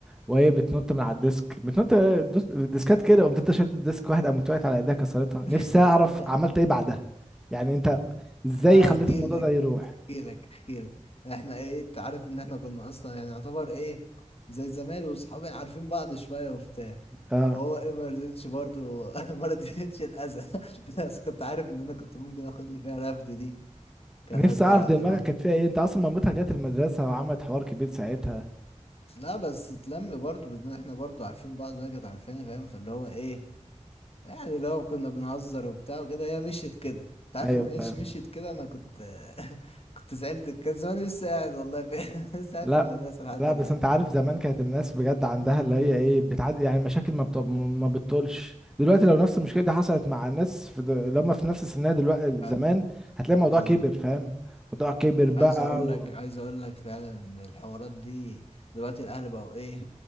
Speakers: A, in the centre; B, on the left (about 50°).
A: وهي بتنط من على الديسك بتنط دوس- الديسكات كده قمت انت شلت الديسك واحد قامت وقعت على ايديها كسرتها
B: <laughs>
A: نفسي اعرف عملت ايه بعدها يعني انت ازاي
B: أحكي
A: خليت الموضوع
B: لك
A: ده يروح
B: أحكي لك أحكي لك إحنا إيه أنت عارف إن إحنا كنا أصلا يعني يعتبر إيه زي زمان وصحابي عارفين بعض شوية وبتاع
A: اه
B: فهو ايه ما رضيتش برضه <laughs> ما رضيتش الاذى <laughs> بس كنت عارف ان انا كنت ممكن اخد لي فيها رفد دي كانت
A: نفسي
B: هتزعق
A: اعرف دماغك
B: كانت هت...
A: كانت فيها ايه انت اصلا مامتها جت المدرسة وعملت حوار كبير ساعتها
B: لا بس اتلم برضه بان احنا برضه عارفين بعض وهي كانت عارفاني فاهم فاللي هو ايه يعني لو كنا بنهزر وبتاع وكده هي مشيت كده انت عارف
A: ايوه
B: لو ما كانتش
A: فاهم
B: مشيت كده انا كنت <laughs> كنت زعلت كان زماني لسه قاعد والله في... <laughs> لسه قاعد
A: لا
B: في المدرسة لحد
A: لا
B: دلوقتي
A: بس انت عارف زمان كانت الناس بجد عندها اللي هي ايه بتعد يعني مشاكل ما بت... ما بتطولش دلوقتي لو نفس المشكله دي حصلت مع الناس في د... اللي هم في نفس سنها دلوقتي
B: بعد-
A: زمان هتلاقي الموضوع
B: اه
A: كبر فاهم الموضوع كبر بقى
B: عايز اقول
A: و...
B: لك عايز اقول لك فعلا ان الحوارات دي دلوقتي الاهل بقوا ايه